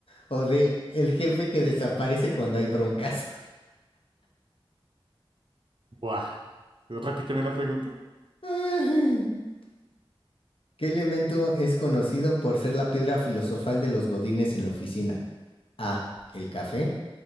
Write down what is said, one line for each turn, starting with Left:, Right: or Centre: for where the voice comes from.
Left: O D. El jefe que desaparece cuando hay broncas.
Right: Buah. Repíteme la pregunta.
Left: <laughs> Ay, ¿Qué elemento es conocido por ser la piedra filosofal de los godines en la oficina? A. El café.